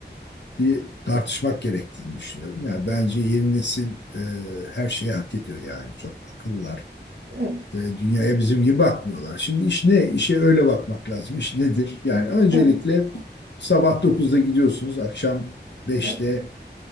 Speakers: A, on the left (about 75°); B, on the right (about 70°).
A: bir tartışmak gerektiğini düşünüyorum. Yani bence yeni nesil e, her şeyi hak ediyor yani. Çok akıllılar
B: Evet.
A: ve dünyaya bizim gibi bakmıyorlar. Şimdi iş ne? İşe öyle bakmak lazım. İş nedir? Yani öncelikle
B: Evet.
A: sabah dokuzda gidiyorsunuz, akşam beşte.
B: Evet.